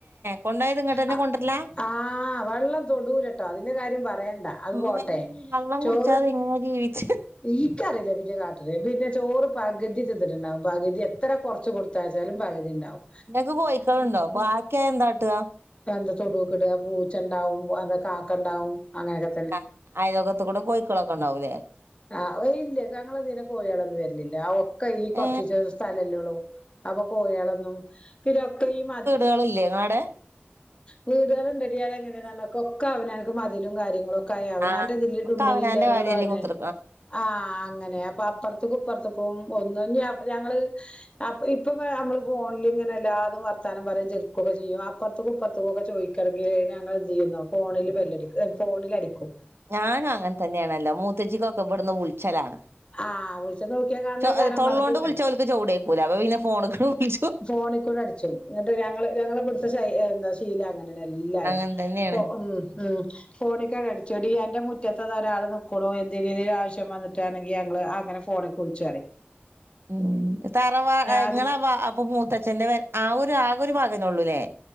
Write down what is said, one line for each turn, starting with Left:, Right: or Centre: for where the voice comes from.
Right: കൊണ്ടോയത് ഇങ്ങോട്ടന്നെ
Left: ആ
Right: കൊണ്ടരലാ
Left: ആഹ് വെള്ളം തൊടൂലട്ടൊ അതിന്റെ കാര്യം പറയണ്ട അത്
Right: ഉമ്മേ
Left: പോട്ടെ
Right: വെള്ളം
Left: ചോറ്
Right: <unintelligible>
Left: ഈക്കറിയില്ല ഇവിര് കാട്ടില് ഇത് പിന്നെ ചോറ് പകുതി തിന്നിട്ടുണ്ടാവും പകുതി എത്ര കൊറച്ച് കൊടു- ത്താച്ചാലും പകുതി ഇണ്ടാവും
Right: നിങ്ങക്ക് കോയിക്കളുണ്ടോ ബാക്കിയാ എന്താട്ടുക
Left: എന്താ തൊടുക്കെ ഇടുക പൂച്ചണ്ടാവും അതാ കാക്ക ഇണ്ടാവും അങ്ങനെയൊ
Right: ആഹ് ആയലാക്കാത്തുകൂടെ കോയിക്കളൊക്കെ ഉണ്ടാവൂലെ
Left: ആഹ് കോയിഇല്ല കങ്ങളിതിനെ കോയികളൊന്ന് വരിലില്ല ആ ഒക്കെ ഈ കൊറച്ച്ച്ചു
Right: ഏ
Left: സ്ഥലല്ലേ ഒള്ളൂ അപ കോയെളൊന്നും പിന്നൊക്കെ ഈ മജ്
Right: ക്കള്ല്ലെ ങ്ങളാടെ?
Left: വീടള്ണ്ടടിയതങ്ങനെന്നർഞ്ഞാ കൊക്ക അവനാക്ക് മതിലും കാര്യങ്ങളു ക്കയഅവനാന്റെതിള്ളിലുള്ളിലില്ലേലൊ
Right: ആ ഒക്കെ അവനാന്റെ കാര്യല്ലേ
Left: ളവനെ
Right: കുത്തിർ
Left: ആ അങ്ങനെ അപ്പ അപ്പർ തുക്കും പ്പർത്തക്കും ഒന്നും ഞ ഞങ്ങള് അപ്പ ഇപ്പിപ്പനമ്മള് ഫോൺലിങ്ങനെല്ലാതും വർത്താനം പറയെം ചിറിക്കൊക്ക ചെയ്യും ആപ്പം ത്തുക്കും പ്പർത്തക്കുക്കെ ചോയ്ക്കണെങ്കില് ഞങ്ങള് ന്തെയ്യുന്നോ ഫോണില് ബെല്ലടിക്കു എ ഫോണിലടിക്കു
Right: ഞാനു അങ്ങൻ തന്നെയാണല്ലോ മൂത്തെച്ചിക്കൊക്കെ വ്ടന്ന് വുൾച്ചലാണ്
Left: ആഹ് വിളിച്ച നോക്കിയാ കാണണേക്കാരം
Right: ചൊ ഒ തൊള്ളോണ്ട്
Left: പറഞ്ഞിട്ട്
Right: വിൾച്ചാ ഓൽക്ക് ചോടേക്കൂല അപ്പൊ പിന്നെ ഫോണ്ക്ക് വിളിച്ചു
Left: ഫോണിക്കൂടടിച്ചു ന്നിട്ട് ഞങ്ങള് ഞങ്ങളെ പിടിച്ച് ശൈ എന്താ ശീല ങ്ങനെനെല്ലാരും
Right: അങ്ങനെ തന്നെയാണ്
Left: ഫൊ ഉം ഉം ഫോണിക്കടെടിച്ചെടി എന്റെ മുറ്റത്തതതൊരാള് നിക്കുണു എന്തെരുരു ആവശ്യം വന്ന്ട്ടാണെങ്കില് അങ്ങള് ആങ്ങന ഫോണിക്കുൾച്ചറി
Right: ഉം തറവാ അ
Left: അത്
Right: ങ്ങള വാ അപ്പൊ മൂത്തച്ഛന്റെറെ വെ ആ ഒരു ആകൊരു മകനോള്ളൂല്ലേ?